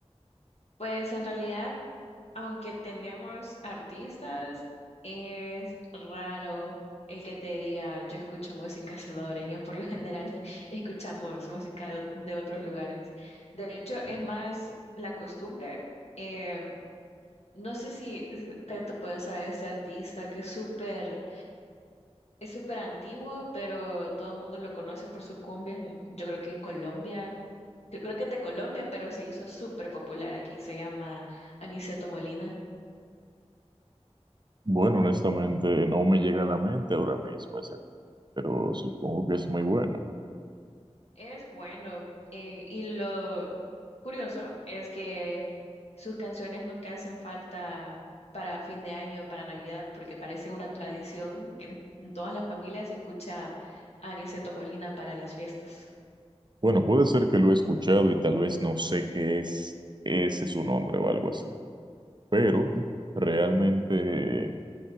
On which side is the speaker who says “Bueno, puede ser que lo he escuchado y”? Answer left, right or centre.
Right